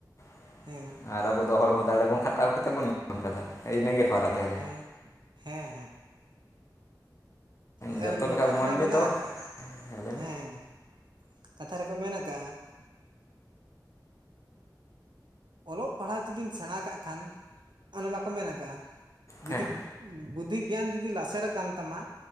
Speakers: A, on the left; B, on the right.
A: ᱾
B: ᱦᱮᱸ
A: ᱟᱨ ᱟᱵᱚ ᱫᱚ ᱦᱚᱲᱢᱚ ᱫᱟᱲᱮ ᱵᱚᱱ ᱠᱷᱟᱴᱟᱣ ᱠᱟᱛᱮ ᱵᱚᱱ ᱧᱟᱢ ᱠᱟᱫᱟ ᱾ ᱤᱱᱟᱹᱜᱮ ᱯᱷᱚᱨᱟᱠ ᱛᱮ ᱾
B: ᱦᱮᱸ ᱦᱮᱸ ᱦᱮᱸ
A: ᱡᱚᱛᱚ ᱞᱮᱠᱟ
B: ᱾ ᱠᱟᱛᱷᱟ
A: ᱢᱟᱹᱱᱢᱤ
B: ᱨᱮ ᱢᱮᱱᱟᱜ
A: ᱫᱚ
B: ᱟᱠᱟᱜ,
A: ᱞᱟᱹᱭ ᱢᱮ
B: ᱦᱮᱸ, ᱠᱟᱛᱷᱟ ᱨᱮᱠᱚ ᱢᱮᱱ ᱟᱠᱟᱜᱼᱟ ᱾ ᱚᱞᱚᱜ ᱯᱟᱲᱦᱟᱜ ᱡᱩᱫᱤᱢ ᱥᱮᱬᱟ ᱠᱟᱜ ᱠᱷᱟᱱ, ᱚᱱᱮ ᱵᱟᱠᱚ ᱢᱮᱱ ᱠᱟᱜᱼᱟ ᱡᱩᱫᱤ
A: ᱦᱮᱸ
B: ᱵᱩᱫᱽᱫᱷᱤ ᱜᱮᱭᱟᱱ ᱡᱩᱫᱤ ᱞᱟᱥᱮᱨ ᱟᱠᱟᱱ ᱛᱟᱢᱟ